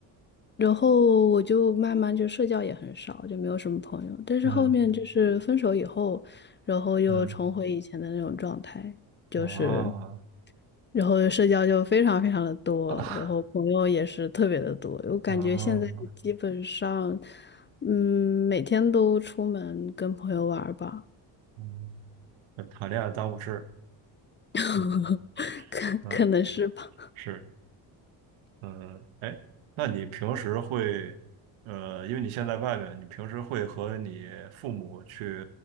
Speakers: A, on the left; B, on the right.
A: 然后我就慢慢就社交也很少，就没有什么朋友。但是后面就是分手以后，
B: 嗯
A: 然后又重回以前的那种状态，
B: 嗯，
A: 就是，
B: 啊
A: 然后社交就非常非常的多，
B: 啊
A: 然后朋友也是特别的多。我感觉现在基本上，
B: 啊，
A: 嗯，每天都出门跟朋友玩儿吧，
B: 嗯，谈恋爱耽误事，
A: <laughs>
B: 嗯
A: 可可能是吧。
B: 嗯。是。嗯，哎，那你平时会，呃，因为你现在外面，你平时会和你父母去